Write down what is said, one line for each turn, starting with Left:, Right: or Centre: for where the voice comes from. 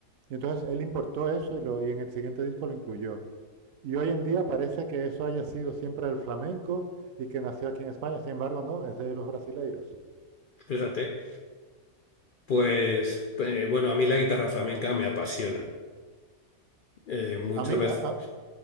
Right: Y entonces él importó eso y, lo, y en el siguiente disco lo incluyó. Y hoy en día parece que eso haya sido siempre el flamenco y que nació aquí en España. Sin embargo, no, es de los brasileiros.
Left: fíjate. Pues eh, bueno, a mí la guitarra flamenca me apasiona. Eh, muchas
Right: A mí,
Left: veces.
Right: a, a,